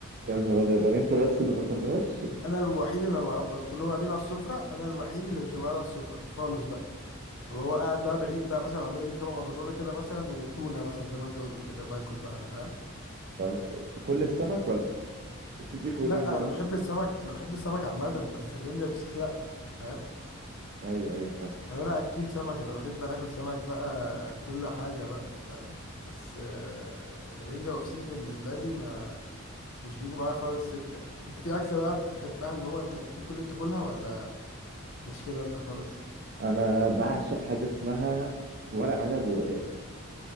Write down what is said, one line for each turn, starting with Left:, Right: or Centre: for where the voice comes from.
Right: يا نهار أبيض ده أنت بس اللي ما تحبهاش
Left: انا الوحيد اللي بقى بقى كلهم قاعدين على السفره انا الوحيد اللي مش ببقى قاعد على السفره خالص بقى طب هو قاعد بقى بعيد بقى مثلا عامل لي طبق مكرونه كده مثلا وتونه مثلا زي ما انت قلت كده واكل بقى انا فاهم
Right: <laughs> طب كل السمك ولا الفسيخ والرنجة
Left: لا
Right: بس؟
Left: انا بحب السمك انا بحب السمك عامه بس الرنجه والفسيخ لا فاهم
Right: ايوه ايوه فاهم
Left: يعني انا اكيل سمك انا بحب انا اكل سمك بقى كل حاجه بقى فاهم بس آه، الرنجه والفسيخ بالنسبه لي ما مش بيجوا معايا خالص سكه انت في اكله بقى بتحبها اللي هو انت ممكن كل انت تاكلها ولا مش كده انت خالص
Right: انا بعشق حاجه اسمها ورق عنب ورقاق